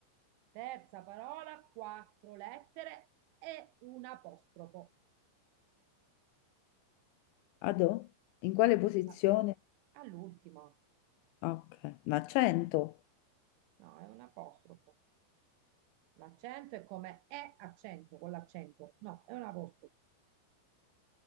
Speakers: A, on the right; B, on the left.
A: terza parola, quattro lettere e un apostrofo.
B: Adò? In quale posizione?
A: La- All'ultima,
B: Ok. Un accento?
A: no, è un apostrofo. L'accento è come è accento con l'accento, no, è un apostrofo.